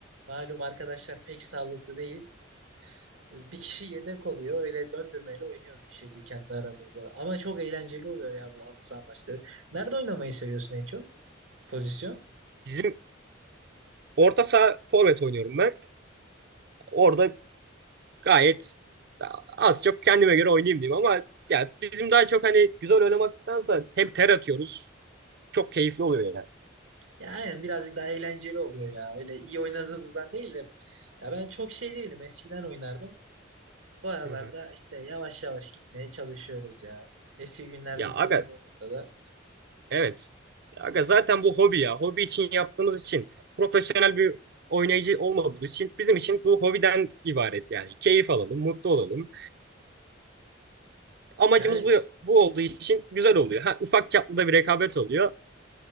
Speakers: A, on the right; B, on the right.
A: Malum arkadaşlar pek sağlıklı değil. Bir kişi yedek oluyor. Öyle döndürmeyle oynuyoruz bir şekilde kendi aramızda. Ama çok eğlenceli oluyor ya bu halı saha maçları. Nerede oynamayı seviyorsun en çok? Pozisyon?
B: Bizim orta saha forvet oynuyorum ben. Orada gayet az çok kendime göre oynayayım diyeyim ama ya bizim daha çok hani güzel oynamaktansa hem ter atıyoruz. Çok keyifli oluyor yani.
A: Ya aynen birazcık daha eğlenceli oluyor ya. Öyle iyi oynadığımızdan değil de. Ya ben çok şey değilim. Eskiden oynardım. Bu aralarda
B: Hı hı.
A: işte yavaş yavaş gitmeye çalışıyoruz ya. Eski günlerdeki
B: Ya aga
A: gibi olmasa da.
B: Evet. Aga zaten bu hobi ya. Hobi için yaptığımız için profesyonel bir oynayıcı olmadığımız için bizim için bu hobiden ibaret yani. Keyif alalım, mutlu olalım. Amacımız
A: Yani
B: bu bu olduğu için güzel oluyor. Ha, ufak çaplı da bir rekabet oluyor.